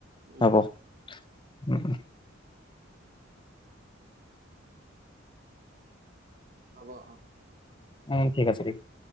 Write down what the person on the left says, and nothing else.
হ'ব।
উম উম।
উম ঠিক আছে ঠিক দিয়া।